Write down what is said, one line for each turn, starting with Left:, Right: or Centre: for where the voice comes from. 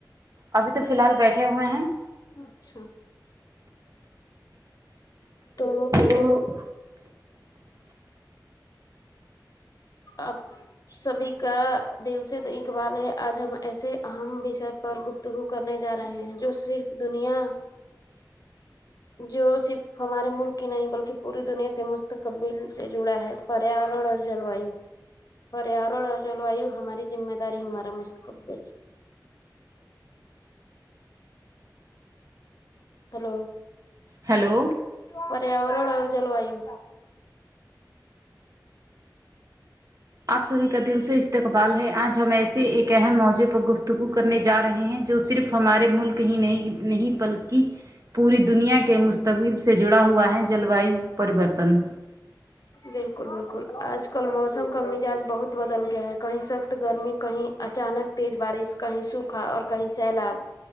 Right: ابھی تو فیلحال بیٹھے ہوئے ہیں
Left: اچھا تو
Right: تو
Left: آپ سبھی کا دل سے اقبال ہے آج ہم ایسے اہم وش پر گفتگو کرنے جا رہے ہیں جو صرف دنیا
Right: <unintelligible>
Left: جو صرف ہمارے ملک کی نہیں بلکی پوری دنیا کے مستقبل سے جڑا ہے پریارورا جلویو پریارورا اور جلوآی ہماری ذمہ داری ہمارا مستقبل ہلو
Right: ہیلو
Left: پریاواران اور جلوآی ہوں
Right: آپ سبھی کا دل سے استقبال ہے آج ہمیں ایس سے ایک اہم موزے پر گفتگو کرنے جا رہے ہیں جو صرف ہمارے ملک ہی نہیں نہیں بلکی پوری دنیا کے مستقبب سے جڑا ہوا ہے چلو وایو پریوارتن
Left: بالکل بالکل آج کل موسم کا مزاج بہت بدل گیا ہے کہیں سخت گرمی کہیں اچانک تیز بارش کہیں سوکھا اور کہیں سیلاب